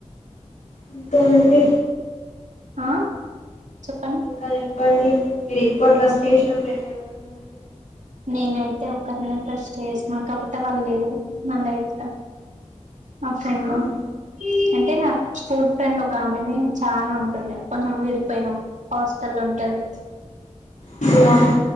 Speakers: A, on the left; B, on the right.
A: ఇంకండి
B: ఆ చెప్పండి
A: ఇంకా చెప్పండి మీరు ఎక్కువ ట్రస్ట్ చేసిన ఫ్రెండ్ ఎవరున్నారండి
B: నేనైతే ఒకర్నే ట్రస్ట్ చేస్న కాకపోతే వాళ్ళ లేరు నా లైఫ్లా నా ఫ్రెండు
A: ఆ
B: అంటే నా స్కూల్ ఫ్రెండ్ ఒక ఆమెనే చానా ఉంటుండే కొంచెం విడిపొయినాం హాస్టల్లొ ఉంటది
A: హ్ అవునా